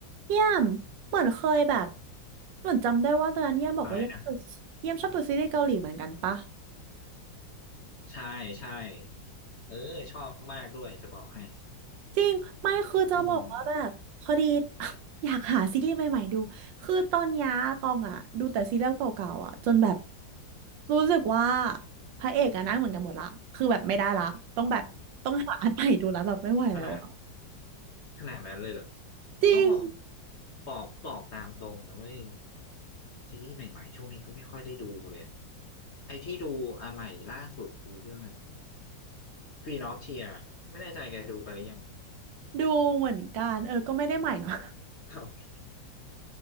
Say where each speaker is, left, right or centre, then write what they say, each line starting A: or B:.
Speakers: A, on the right; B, on the left.
A: เยี่ยมเหมือนเคยแบบเหมือนจำได้ว่าตอนนั้นเยี่ยมบอกว่าเยี่ยมดู
B: ใช่นะ
A: เยี่ยมชอบดูซีรีส์เกาหลีเหมือนกันปะ
B: ใช่ใช่เออชอบมากด้วยจะบอกให้
A: จริงไม่คือจะบอกว่าแบบพอดี
B: อืม
A: <laughs> อยากหาซีรีส์ใหม่ๆดู คือตอนเนี้ยตองอ่ะดูแต่ซีรีส์เก่าๆอ่ะจนแบบรู้สึกว่าพระเอกอะหนั่งเหมือนกันหมดละคือแบบไม่ได้ละต้องแบบต้องหาอันใหม่ดูแล้วแบบไม่ไหวแล้วอะ
B: ขนาดขนาดนั้นเลยเหรอ
A: จริง
B: ก็บอกบอกตามตรงนะเว้ยซีรีส์ใหม่ๆช่วงนี้ก็ไม่ค่อยได้ดูเลยอะไอ้ที่ดูอ่ะใหม่ล่าสุดดูเรื่องอะไร Queen of Tears ไม่แน่ใจแกดูไปหรือยัง
A: ดูเหมือนกันเออก็ไม่ได้ใหม่เนาะ
B: <laughs>